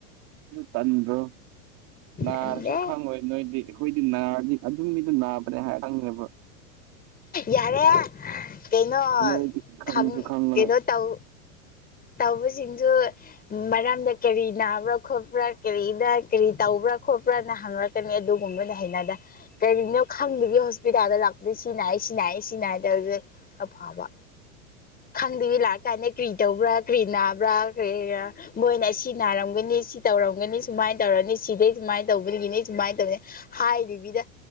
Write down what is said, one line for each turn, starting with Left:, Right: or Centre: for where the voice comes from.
Right: ꯆꯟꯕ꯭ꯔꯣ ꯅꯥꯁꯨ
Left: ꯇꯜꯂꯦ
Right: ꯈꯪꯉꯣꯏ ꯅꯣꯏꯗꯤ ꯑꯩꯈꯣꯏꯗꯤ ꯅꯥꯔꯗꯤ ꯑꯗꯨꯝ ꯃꯤꯗꯨ ꯅꯥꯕꯅꯦ ꯍꯥꯏꯔ ꯈꯪꯉꯦꯕ
Left: ꯌꯥꯔꯦ ꯀꯩꯅꯣ
Right: ꯅꯣꯏꯗꯤ ꯈꯪꯁꯨ
Left: ꯈꯪ
Right: ꯈꯪꯉꯣꯏ
Left: ꯀꯩꯅꯣ ꯇꯧ ꯇꯧꯕꯁꯤꯡꯁꯨ ꯃꯔꯝꯗ ꯀꯔꯤ ꯅꯥꯕ꯭ꯔꯥ ꯈꯣꯠꯄ꯭ꯔꯥ ꯀꯔꯤꯗ ꯀꯔꯤ ꯇꯧꯕ꯭ꯔꯥ ꯈꯣꯠꯄ꯭ꯔꯥꯅ ꯍꯪꯉꯛ ꯑꯗꯨꯒꯨꯝꯕꯗꯤꯍꯩꯅꯗꯦ ꯀꯔꯤꯒꯤꯅꯣ ꯈꯪꯗꯕꯤ ꯍꯣꯁꯄꯤꯇꯥꯜꯗ ꯂꯥꯛ ꯑꯗꯩ ꯁꯤ ꯅꯥꯏ ꯁꯤ ꯅꯥꯏ ꯁꯤ ꯅꯥꯏꯗ ꯍꯧꯁ ꯑꯐꯕ ꯈꯪꯗꯕꯤ ꯂꯥꯛ ꯀꯥꯏꯅ ꯀ꯭ꯔꯤ ꯇꯧꯕ꯭ꯔꯥ ꯀ꯭ꯔꯤ ꯅꯥꯕ꯭ꯔꯥ ꯀꯔꯤ ꯃꯣꯏꯅ ꯑꯁꯤ ꯅꯥꯔꯝꯒꯅꯤ ꯁꯤ ꯇꯧꯔꯝꯒꯅꯤ ꯁꯨꯃꯥꯏꯅ ꯇꯧꯔꯅꯤ ꯁꯤꯗꯩ ꯁꯨꯃꯥꯏꯅ ꯇꯧꯕꯒꯤꯅꯤ ꯁꯨꯃꯥꯏꯅ ꯇꯧꯅꯤ ꯍꯥꯏꯗꯕꯤꯗ